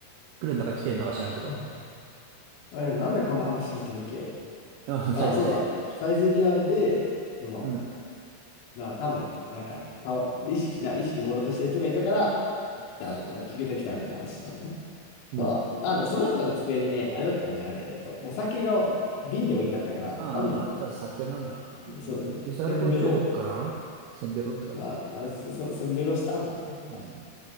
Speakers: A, on the right; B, on the left.
A: 来るんだか来てるんだか知らんけど。
B: <laughs> うんあれ、なんでこんな話になったんだっけ
A: あ、
B: ああ、
A: <laughs> サイズサイズ。
B: そうだ。サイゼリアで、その、
A: うん。
B: なあ、多分、なんか、た意識な、意識朦朧としてる人がいたから、来た、
A: そう。
B: 来た、聞けてきたみたいな話したんだね。
A: うん。
B: そう、あの、その人の机にね、あれだったね、あれ、えっと、お酒が瓶で置いてあったから、
A: ああ、
B: 多分、
A: まあ、じゃあ酒なんだな。
B: そうだね、
A: うん、急性アルコール中毒かなせんべろって感じ。
B: せんべろまあ、あれ、そ、せんべろしたんだな。
A: うん。